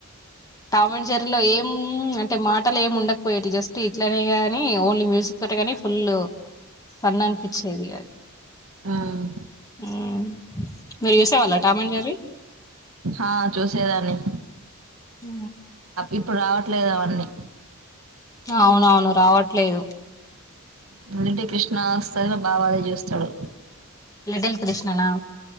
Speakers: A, on the left; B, on the right.
A: టామ్ అండ్ జెర్రీ లో ఏం అంటే మాటలు ఏముండకపోయేటివి జస్ట్ ఇట్లనే గాని ఓన్లీ మ్యూజిక్ తోటే కానీ ఫుల్ ఫన్ అనిపించేది అది
B: మ్మ్
A: మ్మ్ మీరు చూసే వాళ్ళ టామ్ అండ్ జెర్రీ
B: ఆ చూసేదాన్ని
A: హ
B: ఇప్పుడు రావట్లేదు అవన్నీ
A: అవునవును రావట్లేదు
B: మూడింటికి కృష్ణ వస్తది మా బాబు అదే చూస్తాడు
A: లిటిల్ కృష్ణనా